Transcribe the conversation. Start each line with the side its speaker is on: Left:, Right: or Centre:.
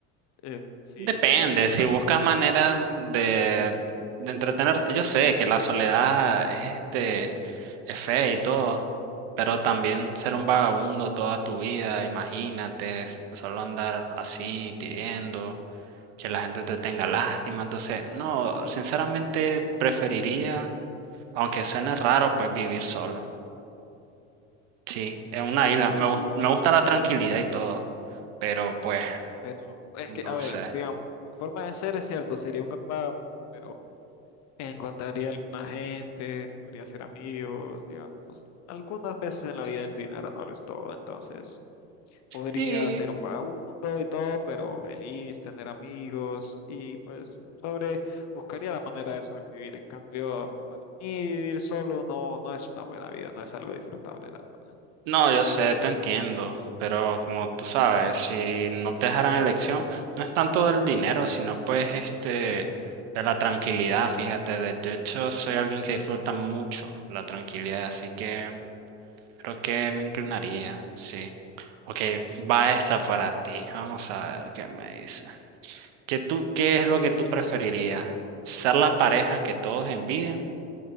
Left: eh, si,
Right: Depende,
Left: si viviera
Right: si buscas
Left: solo.
Right: maneras de, de entretenerte. Yo sé que la soledad es, este, es fea y todo, pero también ser un vagabundo toda tu vida, imagínate, solo andar así pidiendo. que la gente te tenga lástima. Entonces, no, sinceramente preferiría, aunque suene raro, pues vivir solo. Sí, en una isla. Me
Left: Mm,
Right: gus- me gusta la tranquilidad y todo, pero pues,
Left: pero es
Right: no
Left: que, a
Right: sé.
Left: ver, digamos, mi forma de ser es cierto, sería un gambado, pero Encontraría alguna gente, podría hacer amigos, digamos. Algunas veces en la vida el dinero no lo es todo, entonces podría
Right: Sí,
Left: ser un vagabundo y todo, pero feliz, tener amigos y pues sobre, buscaría la manera de sobrevivir. En cambio, para mí vivir solo no, no es una buena vida, no es algo disfrutable, la verdad.
Right: no, yo sé, te entiendo, pero como tú sabes, si no te dejaran elección, no es tanto del dinero, sino pues este, de la tranquilidad, fíjate. De de hecho, soy alguien que disfruta mucho la tranquilidad, así que creo que me inclinaría, sí. Ok, va esta para ti. Vamos a ver qué me dice. ¿Qué tú, qué es lo que tú preferirías? ¿Ser la pareja que todos envidian